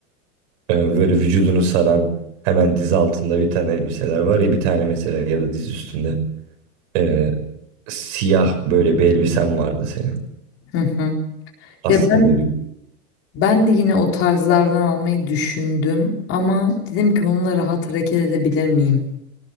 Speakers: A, on the right (about 50°); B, on the left (about 30°).
A: E, böyle vücudunu saran hemen diz altında bir tane elbiseler var ya bir tane mesela ya da diz üstünde E, siyah böyle bir elbisen vardı senin
B: Hı hı.
A: askalı
B: Ya ben
A: gibi.
B: ben de yine o tarzlardan almayı düşündüm ama dedim ki onunla rahat hareket edebilir miyim?